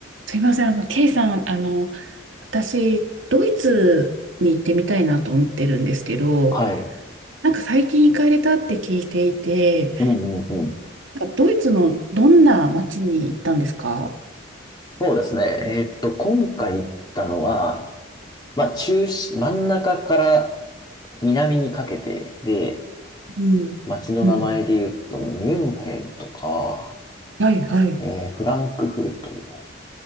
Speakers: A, on the right; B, on the left.
A: すいません、あの、ケイさん、あの、私、ドイツに行ってみたいなと思ってるんですけど、
B: はい。
A: なんか最近行かれたって聞いていて、
B: うんうんうん。
A: なんかドイツのどんな街に行ったんですか
B: そうですね。えーっと、今回行ったのは、まあ、中心、真ん中から南にかけてで、
A: うん。
B: 街の名前で言うと、
A: うん。
B: ミュンヘンとか、
A: はい、はい。
B: えーフランクフルト。